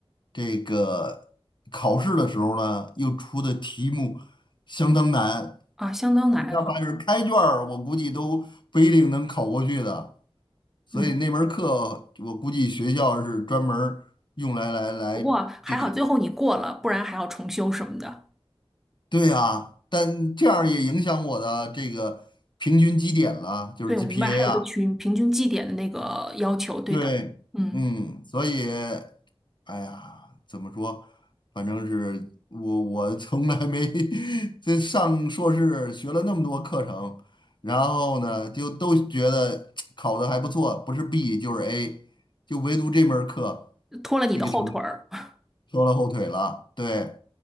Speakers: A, on the left; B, in the centre.
A: 这个考试的时候呢，又出的题目。相当难，
B: 啊，相当难啊。
A: 哪怕是开卷儿，我估计都不一定能考过去的。所以那门儿课，
B: 嗯。
A: 我估计学校是专门儿用来来来这个，
B: 不过还好最后你过了，不然还要重修什么的。
A: 对啊，但这样儿也影响我的这个平均绩点了，就是
B: 对，
A: GPA
B: 我明白，还有个群平均绩点的那个要求，
A: 啊。
B: 对的，
A: 对，
B: 嗯，
A: 嗯，所以哎呀，怎么说？反正是我，我从来没 <laughs> 这上硕士学了那么多课程，然后呢，就都觉得考的还不错，不是 B 就是 A，就唯独这门儿课
B: 拖了你的后腿儿，
A: 这个成绩
B: <laughs>
A: 拖了后腿了。对，